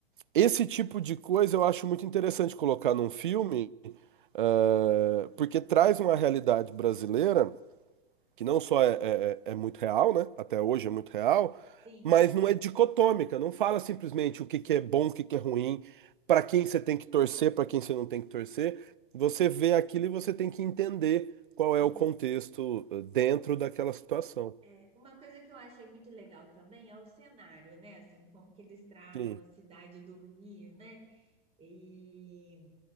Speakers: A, on the right (about 55°); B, on the right (about 20°).
A: Esse tipo de coisa eu acho muito interessante colocar num filme, eh, porque traz uma realidade brasileira que não só é, é- é é muito real, né? Até hoje é muito real,
B: Sim,
A: mas não é dicotômica. Não fala simplesmente o que que é bom, o que que é ruim, para quem você tem que torcer, para quem você não tem que torcer. Você vê aquilo e você tem que entender qual
B: sim.
A: é o contexto eh, dentro daquela situação.
B: É, uma coisa que eu achei muito legal também é o cenário, né? Assim, como que eles tratam
A: Sim.
B: a cidade do Rio, né? E